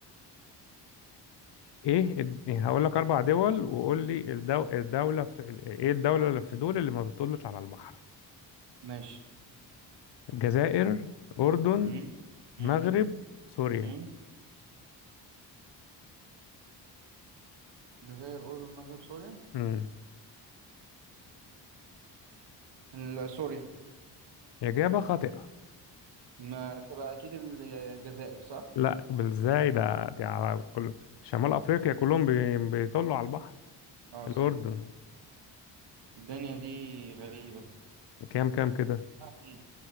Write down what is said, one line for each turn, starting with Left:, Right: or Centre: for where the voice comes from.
Left: ايه الد- إيه هقول لك اربع دول وقول لي الدو... الدولة في... ايه الدولة اللي في دول اللي ما بتطلش على البحر
Right: ماشي
Left: الجزائر اردن
Right: مم. مم.
Left: مغرب سوريا
Right: مم. الجزائر الأردن المغرب سوريا
Left: امم
Right: ال- سوريا
Left: اجابة خاطئة
Right: ما تبقى اكيد الجزائر صح
Left: لا بالزاي ده دي على كل شمال افريقيا كلهم بي... بيطلوا على البحر
Right: اه
Left: الاردن
Right: صح الدنيا دي غريبة
Left: كام كام كده
Right: آه، اتنين.